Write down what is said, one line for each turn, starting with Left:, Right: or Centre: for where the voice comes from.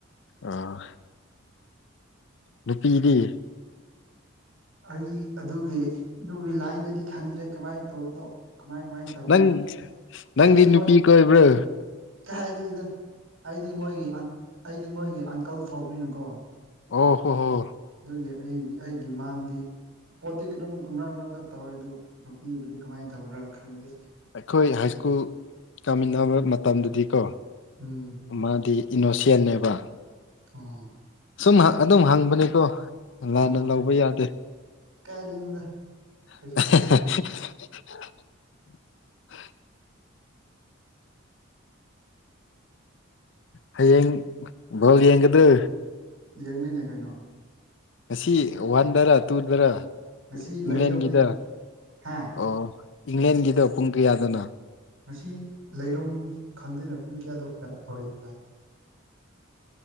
Left: ꯑꯥ ꯅꯨꯄꯤꯗꯤ
Right: ꯑꯩ ꯑꯗꯨꯒꯤ ꯑꯗꯨꯒꯤ ꯂꯥꯏꯟꯗꯗꯤ ꯈꯪꯗ꯭ꯔꯦ ꯀꯃꯥꯏ ꯇꯧꯕꯅꯣ ꯀꯃꯥꯏ ꯀꯃꯥꯏ ꯇꯧꯕꯅꯣ
Left: ꯅꯪ ꯅꯪꯗꯤ
Right: ꯑꯩꯗꯤ ꯃꯣꯏ
Left: ꯅꯨꯄꯤ ꯀꯣꯏꯕ꯭ꯔꯣ
Right: ꯀꯩ ꯍꯥꯏꯗꯤꯗ ꯑꯩꯗꯤ ꯃꯣꯏꯒꯤ ꯑꯪ ꯑꯩꯗꯤ ꯃꯣꯏꯒꯤ ꯑꯪꯀꯜ ꯊꯣꯛꯄꯅꯤꯅꯀꯣ
Left: ꯑꯣ ꯍꯣ ꯍꯣ
Right: ꯑꯗꯨꯒꯤ ꯑꯩꯒ ꯑꯩꯒꯤ ꯃꯥꯡꯗꯤ ꯄꯣꯠꯇꯤ ꯀꯔꯝ ꯀꯔꯥ ꯃꯔꯛ ꯃꯔꯛꯇ ꯇꯧꯌꯦ ꯑꯗꯨ ꯅꯨꯄꯤꯕꯨꯗꯤ ꯀꯃꯥꯏ ꯇꯧꯕ꯭ꯔꯥ ꯈꯪꯗꯦ
Left: ꯑꯩꯈꯣꯏ ꯍꯥꯏ ꯁ꯭ꯀꯨꯜ ꯇꯝꯃꯤꯟꯅꯕ ꯃꯇꯝꯗꯗꯤꯀꯣ
Right: ꯎꯝ
Left: ꯃꯥꯗꯤ ꯏꯅꯣꯁꯦꯟꯅꯦꯕ
Right: ꯑꯣ
Left: ꯁꯨꯝ ꯑ ꯑꯗꯨꯝ ꯍꯪꯕꯅꯤꯀꯣ
Right: ꯑꯣꯍꯣ
Left: ꯂꯥꯟꯅ ꯂꯧꯕ ꯌꯥꯗꯦ
Right: ꯀꯥꯏꯗꯩꯅꯣꯗ
Left: ꯑꯍ
Right: ꯀꯩꯁꯨ
Left: ꯍ
Right: ꯀꯥꯏꯗꯦ
Left: ꯍ ꯍ ꯍ ꯍ ꯍꯌꯦꯡ ꯕꯣꯜ ꯌꯦꯡꯒꯗꯦ
Right: ꯌꯦꯡꯅꯤꯅꯦ ꯀꯩꯅꯣ
Left: ꯉꯁꯤ ꯋꯥꯟꯗꯔꯥ ꯇꯨꯗꯔꯥ
Right: ꯉꯁꯤ
Left: ꯏꯪꯂꯦꯟꯒꯤꯗ
Right: ꯂꯩꯗꯕꯅꯤ ꯍꯥ
Left: ꯑꯣ ꯏꯪꯂꯦꯟꯒꯤꯗꯣ ꯄꯨꯡ ꯀꯌꯥꯗꯅꯣ
Right: ꯉꯁꯤ ꯂꯩꯔꯝ ꯈꯪꯗꯦꯅ ꯄꯨꯡ ꯀꯌꯥꯗ <unintelligible> ꯀꯩꯅꯣ ꯇꯧꯋꯤꯗꯨꯅ